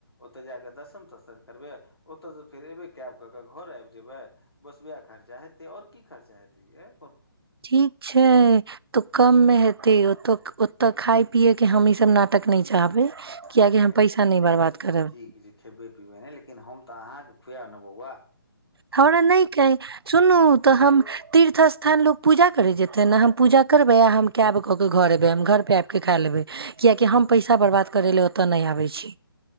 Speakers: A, on the left; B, on the right.
A: ओतऽ जाकऽ दर्शन तर्शन करबै ओतऽसँ फेर एबै कैब कऽ कऽ घर आबि जेबै बस वएह खर्चा हेतै आओर की खर्चा हेतै ये
B: ठीक छै तऽ कममे हेतै ओऽ ओतऽ खााय पियए के हशा त नाटक न चाहबै
A: अच्छा
B: कियाकि
A: नहि
B: हम
A: नहि
B: पैसा
A: खेबै
B: बर्बाद
A: पीबै
B: करब
A: ठीक छै खेबै पिबै नहि लेकिन हम तऽ अहाँके खुआ आनब व
B: हमरा नहि कहै सुनू तऽ
A: ए
B: हम तीर्थ स्थान लोग पूजा करे जेतै ने हम पूजा करबै आ हम कैब कऽ के घर एबै हम घर पे आबि कऽ खा लेबै कियकि हम पैसा बर्बाद करै लए ओतऽ नहि आबै छी